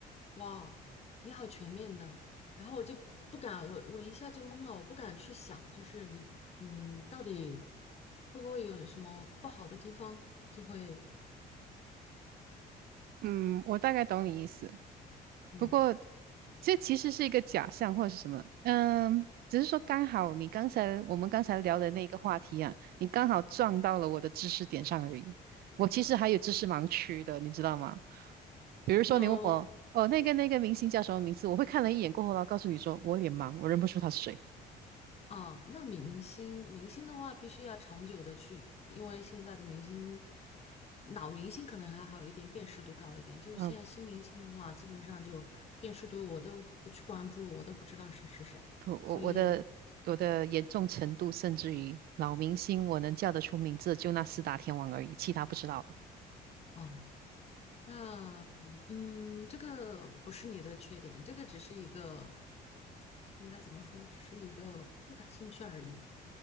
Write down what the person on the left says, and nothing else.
哇，你好全面的，然后我就不敢，我我一下就懵了，我不敢去想，就是你嗯到底会不会有什么不好的地方，就会
嗯。
哦。
哦，那明星明星的话，必须要长久的去，因为现在的明星，老明星可能还好一点，辨识度高一点。就是现在新明星的话，
基本上就辨识度我都不去关注，我都不知道谁是谁。
所以，
哦，那嗯，这个不是你的缺点，这个只是一个，应该怎么说，只是一个不感兴趣而已。